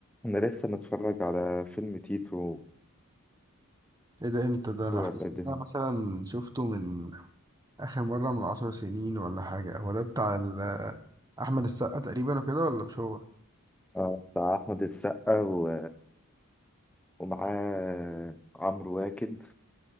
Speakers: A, in the centre; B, on the right.
A: انا لسه متفرج على فيلم تيتو
B: ايه ده امتى ده انا
A: ولا
B: حاسس
A: إيه الدنيا
B: إن انا مثلا شفته من اخر مرة من عشر سنين ولا حاجة هو ده بتاع ال- احمد السقا تقريبا وكده ولا مش هو
A: آه بتاع احمد السقا و... ومعاه عمرو واكد